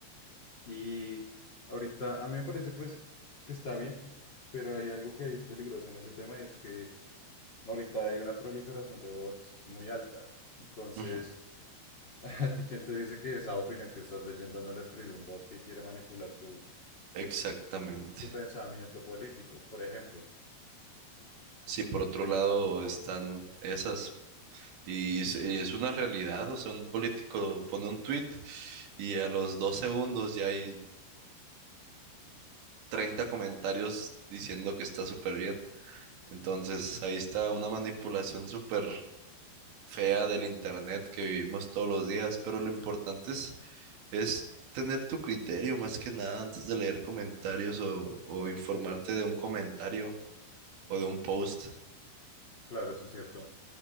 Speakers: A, on the left; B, on the right.
A: y ahorita a mí me parece pues que está bien, pero hay algo que es peligroso en ese tema y es que ahorita hay una proliferación de bots muy alta. Entonces,
B: Ujú,
A: <laughs> ¿a ti quién te dice que esa opinión que estás leyendo no la escribió un bot que quiere manipular tu,
B: Exactamente.
A: tu pensamiento político? Por ejemplo,
B: Sí, por otro lado están esas. Y es, y es una realidad, o sea, un político pone un tweet y a los dos segundos ya hay 30 comentarios diciendo que está súper bien. Entonces, ahí está una manipulación súper fea del internet que vivimos todos los días, pero lo importante es, es tener tu criterio más que nada antes de leer comentarios o, o informarte de un comentario o de un post.
A: claro, eso es cierto,